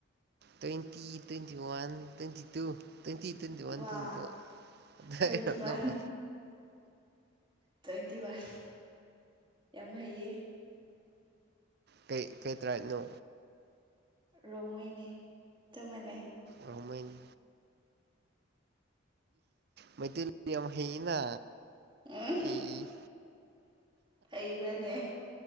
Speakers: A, on the right; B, on the right.
A: twenty twenty one twenty two twenty ꯇ꯭ꯋꯇꯤ ꯋꯥꯟ
B: ꯋꯥ
A: ꯇꯤꯟꯇꯣ ꯑꯗꯨ
B: ꯇ꯭ꯋꯦꯟꯇꯤ ꯋꯥꯟ
A: ꯅꯃ
B: ꯇ꯭ꯋꯦꯟꯇꯤ ꯋꯥꯟ ꯌꯥꯝ ꯍꯩꯌꯦ
A: ꯀꯩ ꯀꯩ ꯇ꯭ꯔꯥꯅꯣ
B: ꯔꯣꯡꯉꯩꯅꯦ ꯆꯞ ꯃꯥꯟꯅꯩ
A: ꯔꯣꯡꯃꯩꯅꯤ ꯏ ꯃꯩꯇꯩ ꯍꯤꯅꯥ
B: ꯎꯝ
A: ꯑꯩ
B: ꯍꯩꯕ꯭ꯔꯥꯅꯦ